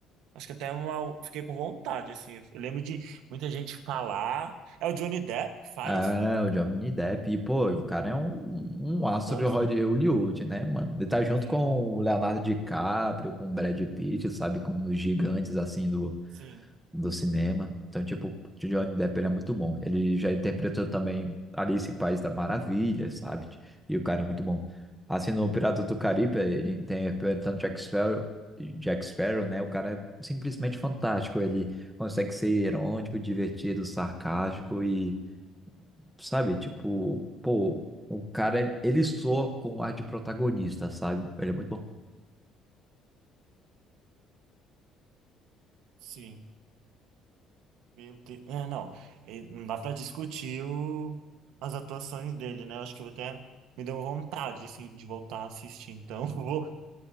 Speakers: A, on the right; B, in the centre.
A: Acho que até uma, fiquei com vontade, assim. Eu lembro de muita gente falar. É o Johnny Depp que faz?
B: É, o Johnny Depp, e, pô, o cara é um, um astro
A: Monstro?
B: de Holly- Hollywood, né, mano? Ele tá junto
A: Sim,
B: com o Leonardo DiCaprio, com o Brad Pitt, sabe? Com os gigantes, assim, do
A: sim,
B: do cinema. Então, tipo, o Johnny Depp ele é muito bom. Ele já interpretou também Alice em País da Maravilha, sabe? E o cara é muito bom. Assim, no Piratas do Caribe, ele interpretando Jack Sparrow, Jack Sparrow, né? O cara é simplesmente fantástico. Ele consegue ser irônico, divertido, sarcástico e, sabe? Tipo, pô, o cara, ele, ele soa com o ar de protagonista, sabe? Ele é muito bom.
A: sim. Meu Deus. É, não. E Não dá pra discutir o... as atuações dele, né? Eu acho que eu vou até me deu vontade, assim, de voltar a assistir. Então, <laughs> eu vou,